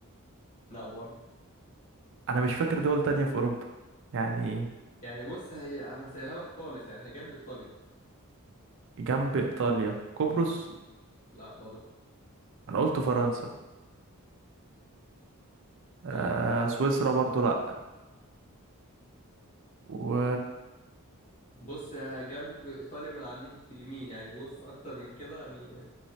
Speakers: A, on the left; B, on the right.
A: لا برضه
B: أنا مش فاكر دول تانية في أوروبا يعني
A: يعني بص هي انا سايلها لك خالص يعني هي جنب ايطاليا
B: جنب إيطاليا قبرص
A: امم لا برضه
B: أنا قلت فرنسا
A: يعني
B: آه
A: مش فرنسا
B: سويسرا برضو لأ و
A: بص آه، جنب ايطاليا من على ناحية اليمين يعني بص اكتر من كده يعني